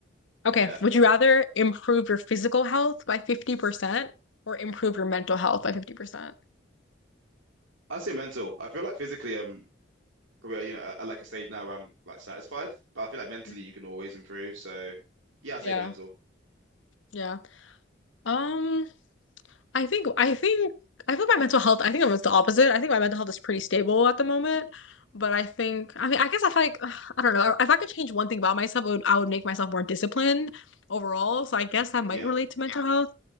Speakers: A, on the left; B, on the right.
A: Okay.
B: yeah.
A: Would you rather improve your physical health by 50% or improve your mental health by 50%?
B: I say mental. I feel like physically um probably you know at at like a stage now where I'm like satisfied, but I feel like mentally
A: Mm.
B: you can always improve. So yeah, I say
A: Yeah,
B: mental.
A: yeah. Um, I think, I think, I feel my mental health, I think it was the opposite. I think my mental health is pretty stable at the moment. But I think, I mean, I guess if I, <sighs> feel like ugh, I don't know, if I could change one thing about myself, it would, I would make myself more disciplined overall. So I guess that might
B: Yeah.
A: relate to mental health.